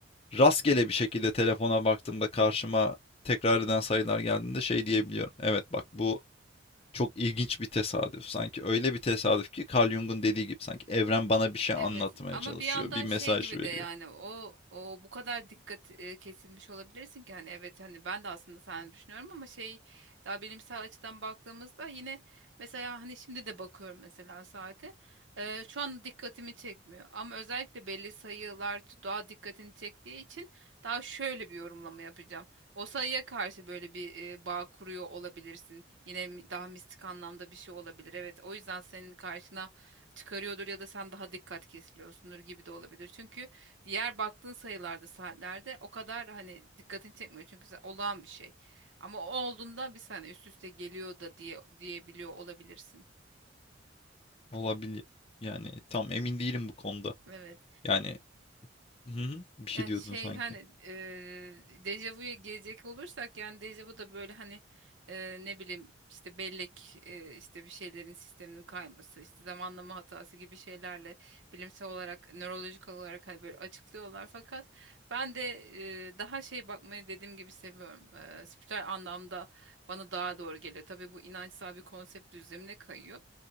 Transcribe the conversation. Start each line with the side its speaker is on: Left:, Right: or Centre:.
Left: rastgele bir şekilde telefona baktığımda karşıma tekrar eden sayılar geldiğinde şey diyebiliyorum. Evet bak bu çok ilginç bir tesadüf. Sanki öyle bir tesadüf ki Carl Jung'un dediği gibi sanki evren bana bir şey anlatmaya
Right: Evet ama
Left: çalışıyor,
Right: bir yandan
Left: bir mesaj
Right: şey gibi
Left: veriyor.
Right: de yani o o bu kadar dikkat e, kesilmiş olabilirsin ki hani evet hani ben de aslında sen düşünüyorum ama şey daha bilimsel açıdan baktığımızda yine mesela hani şimdi de bakıyorum mesela saate e, şu an dikkatimi çekmiyor ama özellikle belli sayılar daha dikkatini çektiği için daha şöyle bir yorumlama yapacağım. O sayıya karşı böyle bir e, bağ kuruyor olabilirsin. Yine mi- daha mistik anlamda bir şey olabilir. Evet o yüzden senin karşına çıkarıyordur ya da sen daha dikkat kesiliyorsundur gibi de olabilir. Çünkü diğer baktığın sayılarda saatlerde o kadar hani dikkatini çekmiyor. Çünkü sen- olağan bir şey. Ama o olduğunda bir saniye üst üste geliyor da diye diyebiliyor olabilirsin.
Left: Olabilir. Yani tam emin değilim bu konuda.
Right: Evet.
Left: Yani Hı hı. Bir şey
Right: Ya
Left: diyordun
Right: şey
Left: sanki.
Right: hani eee dejavuya gelecek olursak yani dejavu da böyle hani eee, ne bileyim işte bellek eee, işte bir şeylerin sisteminin kayması işte zamanlama hatası gibi şeylerle bilimsel olarak nörolojik olarak hani böyle açıklıyorlar fakat ben de eee, daha şey bakmayı dediğim gibi seviyorum. Eee spiritüel anlamda bana daha doğru geliyor. Tabii bu inançsal bir konsept düzlemine kayıyor.